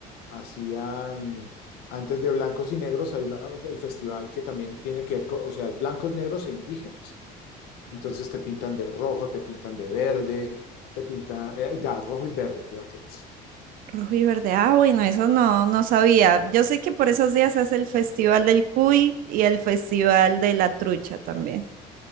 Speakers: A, on the left; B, on the right.
A: hacían, antes de blancos y negros, hay una, el festival que también tiene que ver con, o sea, es blancos, negros e indígenas. Entonces te pintan de rojo, te pintan de verde, te pintan, eh, ya, rojo y verde creo que es.
B: Rojo y verde. Ah, bueno, eso no, no sabía. Yo sé que por esos días es el Festival del Cuy y el Festival de la Trucha también.